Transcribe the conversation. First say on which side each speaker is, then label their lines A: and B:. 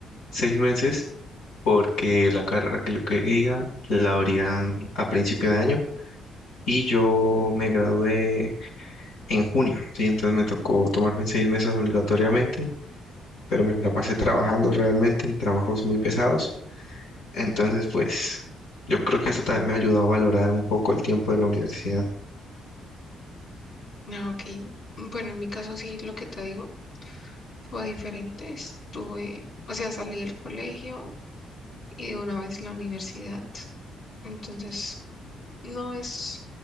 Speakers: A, on the left; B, on the left.
A: seis meses porque la carrera que yo quería la abrían a principio de año y yo me gradué en junio, sí, entonces me tocó tomarme seis meses obligatoriamente, pero me la pasé trabajando realmente en trabajos muy pesados, entonces pues yo creo que eso también me ayudó a valorar un poco el tiempo de la universidad.
B: Ah, ok. Bueno, en mi caso sí, lo que te digo fue diferente. Estuve, o sea, salí del colegio. y de una vez la universidad. Entonces, no es